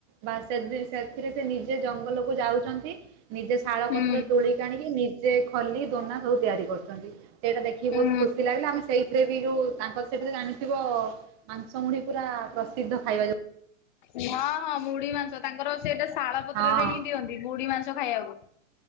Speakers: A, on the right (about 20°); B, on the left (about 35°).
A: ବା ସେଦି ସେଥିରେ ସେ ନିଜେ ଜଙ୍ଗଲକୁ ଯାଉଛନ୍ତି ନିଜେ ଶାଳ
B: ହୁଁ
A: ପତ୍ର ତୋଳିିକିଆଣିକି ନିଜ୍ ସେ ଖଲି ଦୋନା ସବୁ ତିଆରି କରୁଛନ୍ତି ସେଇଟା ଦେଖିକି
B: ହୁଁ
A: ବହୁତ ଖୁସି ଲାଗିଲା ଆମେ ସେଇ ଥିରେ ବି ଯୋଉ ତାଙ୍କର ସେଠିରେ ଜାଣିଥିବ ମାଂସ ମୁଢି଼ ପୁରା ପ୍ରସିଦ୍ଧ ଖାଇବା ଯଉ
B: ନାଁ। ହଁ ମୁଢି଼ ମାଂସ ତାଙ୍କର ସେଟା ଶାଳ ପତ୍ରରେ
A: ହଁ।
B: ହିଁ ଦିଅନ୍ତି ମୁଢି଼ ମାଂସ ଖାଇବାକୁ,।